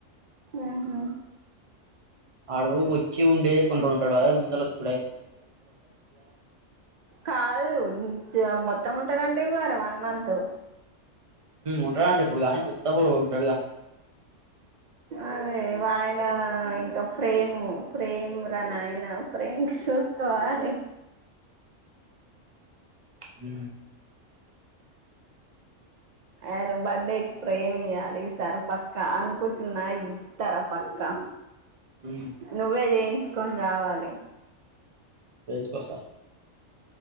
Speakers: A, on the right; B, on the right.
A: ఊహూ
B: ఆడు వచ్చి ఉండే కొంటు ఉంటాడు అదే ముందల వచ్చ
A: కాదు <unintelligible> మొత్తం ఉంటనంటివి గా రా వన్ మంత్
B: ఉంట అండి ఇప్పుడు గానీ ఉత్తప్పుడు ఉంటడుగా
A: అదే ఆయన ఇంకా ఫ్రేమ్ ఫ్రేమ్ రా నాయన ఫ్రేమ్ కి చూసుకోవాలి
B: హ్మ్
A: ఆయన బర్డేకి ఫ్రేమ్ ఇయాలి ఈ సార్ పక్కా అనుకుంటున్నా ఇస్తారా పక్కా
B: ఉమ్
A: నువ్వే జెయ్ తెచ్చుకొని రావాలి
B: వేజ్ కొస్తా